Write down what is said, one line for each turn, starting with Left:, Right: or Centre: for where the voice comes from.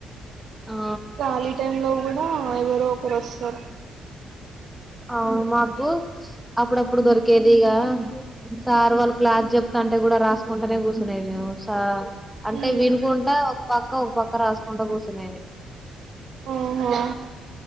Centre: ఆ
Right: ఖాళీ టైం లో కూడా ఎవరో ఒకరు వస్తారు
Centre: ఆవ్ మా అప్పుడప్పుడు దొరికేది ఇగ సార్ వాళ్ళు క్లాస్ చెప్తంటే కూడా రాసు కుంటానే కూర్చున్నా మేము అంటే
Right: హ్మ్
Centre: వినుకుంటా ఒక పక్క ఒక పక్క రాసుకుంటా కూర్చ తునేది
Right: ఓహో